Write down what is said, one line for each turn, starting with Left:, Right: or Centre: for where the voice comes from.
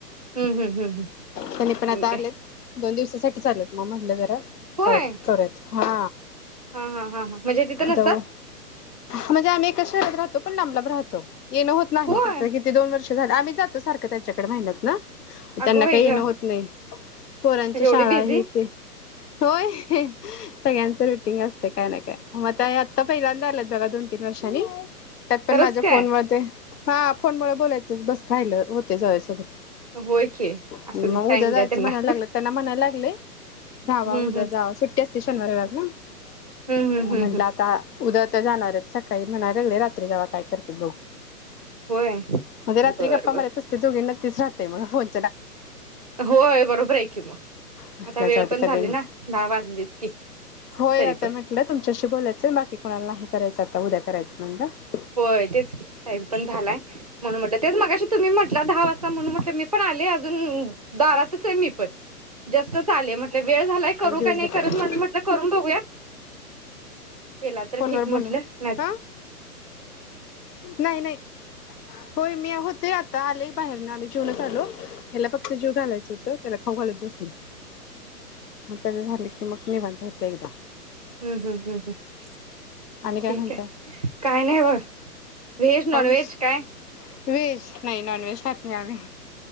Right: हम्म हम्म हम्म
Left: त्यांनी
Right: ठीक
Left: पण आता आलेत
Right: आहे
Left: दोन दिवसासाठीच आलेत मग म्हटलं जरा
Right: होय
Left: जाऊ करत हा
Right: हां हां हां हां म्हणजे तिथं नसतात
Left: जाऊ म्हणजे आम्ही एका शहरात राहतो पण लांबलाब राहतो. येणं होत नाही
Right: होय
Left: कित्ता किती दोन वर्ष झर आम्ही जातो सारख त्यांच्याकडे महिन्यात नं, त्यांना
Right: अगं बाई
Left: काही
Right: गं
Left: येणं होत नाही पोरांच्या
Right: एवढी
Left: शाळा आहीते.
Right: बिझी
Left: होय. सगळ्यांच रुटीन असते काय ना काय म मग त्यात आता पहील्यांदा बघा दोन तीन वर्षानी, त्यात पण
Right: खरंच
Left: माझ्या
Right: काय
Left: फोन मध्ये, हा फोनमुळं बोलायचंच बस राहिलं होते जवया सोबत,
Right: होय की असू
Left: मग
Right: दे टाइम
Left: उद्या जायचं
Right: द्या त्यांना
Left: म्हणाय लागलं, त्यांना म्हणाय लागले रावा
Right: हम्म
Left: उद्या
Right: हम्म
Left: जावा सुट्टी असते शनिवारी रवीवार ना,
Right: हम्म
Left: म्हटलं
Right: हम्म हम्म
Left: आता <unintelligible> जाणारच सकाळी म्हणाय लागले रात्री जावा काय करते बगू.
Right: होय
Left: म्हणजे रात्री
Right: बरं
Left: गप्पा
Right: बरं
Left: मारयच असते दोघींना. तेच राहतय मग फोन
Right: होय बरोबर आहे, की मग
Left: म्हटलं
Right: आता वेळ
Left: जाऊदे
Right: पण
Left: कधी
Right: झाली
Left: नाही.
Right: ना दहा वाजलीच की
Left: होय
Right: तरी
Left: आता
Right: पण,
Left: म्हटलं तुमच्याशी बोलायचं बाकी कोणाला नाही करायचं आता उद्या करायचं म्हणलं.
Right: होय तेच की टाइम पण झालाय म्हणून म्हटलं तेच मगाशी तुम्ही म्हटलं दहा वाजता म्हणून म्हटलं मी पण आले अजून दारातच आहे मी पण जस्टच आले म्हटलं. वेळ झालाय करू
Left: मला दिवस
Right: का नाही
Left: भेटेल
Right: करत म्हण म्हटलं करून बघूया. केला तर
Left: फोनवर
Right: ठीक
Left: बोलून
Right: म्हटलं नाही,
Left: हा
Right: तर
Left: नाही नाही, होय मी होते आता आले बाहेर ना, जेवूनच आलो ह्याला फक्त जेवू घालायचं होत त्याला खाऊ घालत बसले, मग आता झाले की मग निवांत होतय एक जा.
Right: हम्म हम्म हम्म हम्म
Left: आणि काय
Right: ठीक
Left: म्हणताय
Right: आहे, काय नाही बगा व्हेज, नॉनव्हेज
Left: पाऊस
Right: हाय?
Left: व्हेज नाही नॉन व्हेज खात नाही, आम्ही